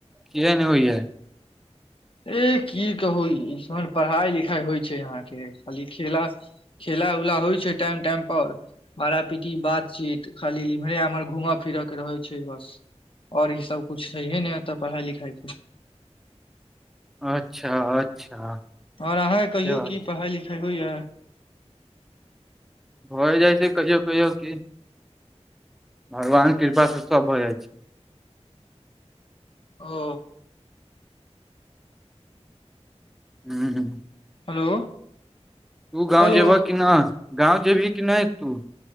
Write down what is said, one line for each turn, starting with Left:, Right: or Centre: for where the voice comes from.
Centre: किया नय होइए
Left: ए की कहू इसन पढ़ाई लिखाई होइ छै यहाँके खाली खेला खेला उला होइ छै टाइम टाइम पर मारा पीटी बातचीत खाली इम्हरे एमहर घूमऽ फिरऽ के रहै छै बस ओर ई सब कुछु छैहेने एतऽ पढ़ाई लिखाई के
Centre: अच्छा अच्छा
Left: और अहाँके
Centre: से
Left: कहियो
Centre: बात
Left: की पढ़ाई लिखाई होइया
Centre: भए जाइ छै कहियो कहियो की भगवानके कृपास से सब भऽ जाइ छै
Left: ओ
Centre: हूँ
Left: हेलो
Centre: तू गाँव
Left: हेलो
Centre: जेबह कि नय गाँव जेबही कि नय तू